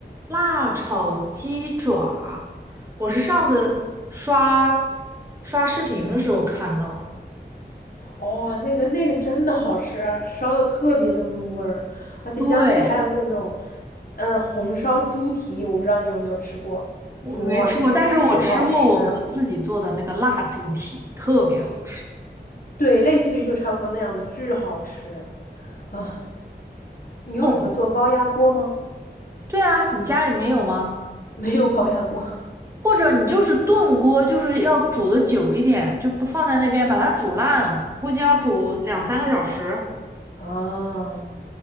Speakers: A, on the right; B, on the left.
A: 辣炒鸡爪，我是上次刷刷视频的时候看到。
B: 哦，那个那个真的好吃啊，烧的特别的入味儿，而且江西还有那种，
A: 对。
B: 呃，红烧猪蹄，我不知道你有没有吃过，
A: 我没吃过，
B: 哇，巨好吃。
A: 但是我吃过我们自己做的那个蜡猪蹄，特别好吃。
B: 对，类似于就差不多那样的，巨好吃啊！你用什么做高压锅吗？
A: 哦，对啊，你家里没有吗？
B: <laughs> 没有高压锅
A: 或者你就是炖锅，就是要煮的久一点，就不放在那边把它煮烂了，估计要煮两三个小时，
B: <laughs> 啊，